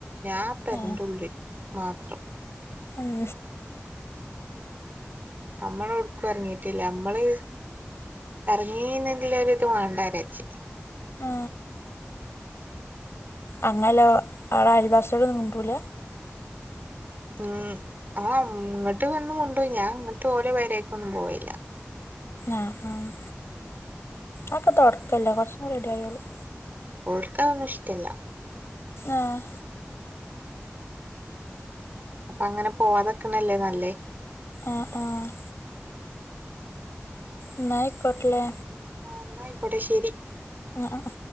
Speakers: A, on the right; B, on the left.
A: ഞാൻ പെരന്റുള്ളി
B: ഏഹ്
A: മാത്രം
B: ഉം
A: നമ്മള് ഉടുക്ക ഇറങ്ങിട്ടില്ല നമ്മള് ഏറങ്ങീന്നില്ല ഒര് ഇത് വേണ്ടാവിചാരിച്ചേ
B: ആ അങ്ങല്ലോ ആള് അയൽവാസിയോടൊന്നും മിണ്ടൂല
A: ഉം ആഹ് ഇങ്ങോട്ട് വന്നു മുണ്ടും ഞാൻ അങ്ങോട്ട് ഓലെ പേരെക്കൊന്നും പോവെല്ലാ
B: ആഹ് ആഹ് അതൊക്കെ തുടക്കല്ലേ കുറച്ച് മ്പോ റെഡി ആയിക്കോളും
A: ൾക്കതൊന്നും ഇഷ്ടല്ല.
B: ആഹ്
A: അങ്ങനെ പോവാതെക്കണല്ലേ നല്ലേ
B: ആഹ് ആഹ് ന്നാ ആയ്ക്കോട്ടലെ
A: ന്നായിക്കോട്ടെശരി
B: ആഹ്